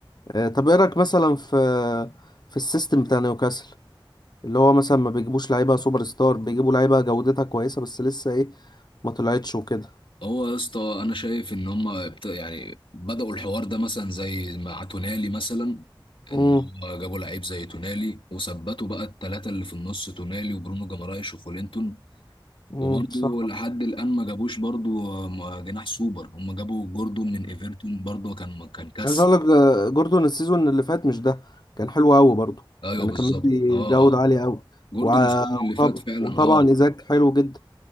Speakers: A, on the left; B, on the left.
A: آه، طب ايه رايك مثلا في في السيستم بتاع نيوكاسل اللي هو مثلا ما بيجيبوش لعيبه سوبر ستار بيجيبوا لعيبه جودتها كويسه بس لسه ايه ما طلعتش وكده
B: هو يا اسطى انا شايف ان هم بت... يعني بدأوا الحوار ده مثلا زي مع تونالي مثلا ان
A: امم
B: هم جابوا لعيب زي تونالي وثبتوا بقى الثلاثه اللي في النص تونالي وبرونو جمارايش وفولينتون
A: امم
B: وبرضه
A: صح
B: لحد الان ما جابوش برضه م- جناح سوبر هم جابوا جوردون من ايفرتون برضه كان كان كسر
A: عايز اقول لك ده جوردون السيزون اللي فات مش ده كان حلو قوي برضه
B: ايوه
A: يعني
B: بالظبط
A: كان مدي
B: اه
A: جوده
B: اه
A: عاليه قوي
B: جوردون
A: وطبعا
B: السيزون اللي فات فعلا
A: وطبعا
B: اه
A: ايزاك حلو جدا